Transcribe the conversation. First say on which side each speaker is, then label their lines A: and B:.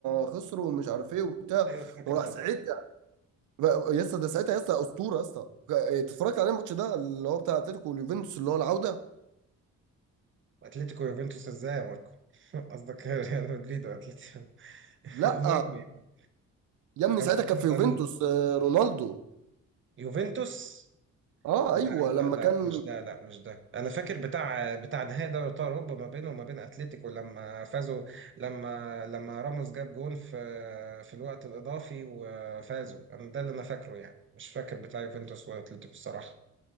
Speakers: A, on the right; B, on the right.
A: خسروا ومش عارف ايه وبتاع
B: ايوه فاكر
A: وراح
B: طبعا
A: ساعتها بقى- يا اسطى ده ساعتها يا اسطى اسطوره يا اسطى اتفرجت عليه الماتش ده اللي هو بتاع اتلتيكو واليوفنتوس اللي هو العوده
B: اتلتيكو يوفنتوس ازاي يا ماركو <laughs> قصدك ريال مدريد واتلتيكو <laughs>
A: لا
B: المهم يعني،
A: يا ابني
B: انا
A: ساعتها
B: بتكلم
A: كان في يوفنتوس
B: ده مين
A: آه، رونالدو
B: يوفنتوس
A: اه
B: لا
A: ايوه لما
B: لا لا
A: كان
B: مش ده لا مش ده انا فاكر بتاع بتاع نهائي دوري ابطال اوروبا ما بينه وما بين اتلتيكو لما فازوا لما لما راموس جاب جون في في الوقت الاضافي وفازوا انا ده اللي انا فاكره يعني مش فاكر بتاع يوفنتوس واتلتيكو الصراحه